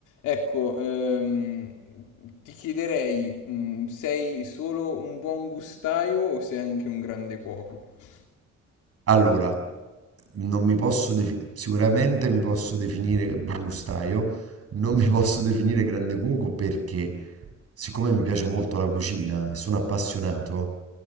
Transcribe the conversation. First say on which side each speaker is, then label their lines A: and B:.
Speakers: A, on the left; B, on the right.
A: Ecco, ehm, ti chiederei, mm, sei solo un buon gustaio o sei anche un grande cuoco?
B: Allora, non mi posso defi- sicuramente mi posso definire buon gustaio, non mi posso <laughs> definire grande cuoco perché siccome mi piace molto la cucina e sono appassionato,